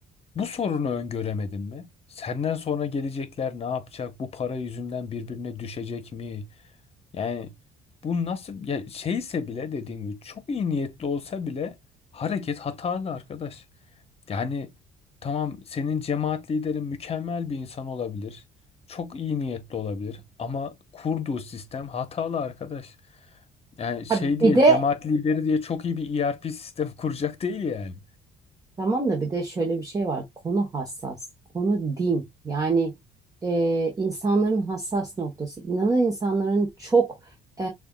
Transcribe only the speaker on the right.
ha, bir
de
Tamam da bir de şöyle bir şey var. Konu hassas. Konu din. Yani e, insanların hassas noktası. İnanan insanların çok e,